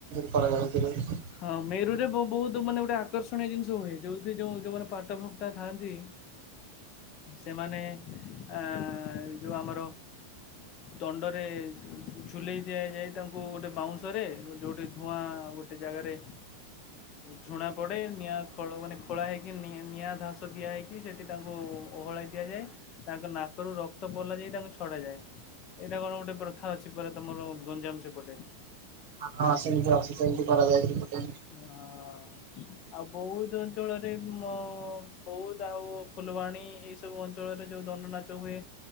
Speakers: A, on the right; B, on the left.
A: <unintelligible>
B: ହଁ ମେରୁ ରେ ବହୁତ ମାନେ ଗୋଟେ ଆକର୍ଷଣୀୟ ଜିନିଷ ହୁଏ ଯୋଉଠି ଯୋଉ ଯୋଉମାନେ ପାଟ ଭକ୍ତା ଥାନ୍ତି। ସେମାନେ ଆ ଯୋଉ ଆମର ଦଣ୍ଡରେ ଝୁଲେଇ ଦିଆଯାଏ ତାଙ୍କୁ ଗୋଟେ ବାଉଶ ଯେଉଁଠି ଧୂଆଁ ଗୋଟେ ଜାଗାରେ ଝୁଣା ପଡେ ନିଆଁ ଖ ମାନେ ଖୋଳା ହେଇକି ନି ନିଆଁ ଧାସ ଦିଆ ହେଇକି ସେଠି ତାଙ୍କୁ ଓହଳାଇ ଦିଆଯାଏ ତାଙ୍କ ନାକରୁ ରକ୍ତ ପୋଲା ଯାଇ ତାଙ୍କୁ ଛଡାଯାଏ ଏଇଟା କଣ ଗୋଟେ ପ୍ରଥା ଅଛି ପୁରା ତମର ଗଞ୍ଜାମ ସେପଟେ
A: ହଁ ହଁ ସେମିତି ସେମିତି କରାଯାଇଛି ଏପଟେ
B: ହଁ ଆଉ ବହୁତ ଅଞ୍ଚଳରେ ବହୁତ ଆଉ ଫୁଲବାଣୀ ଏଇ ସବୁ ଅଞ୍ଚଳରେ ଯୋଉ ଦଣ୍ଡ ନାଚ ହୁଏ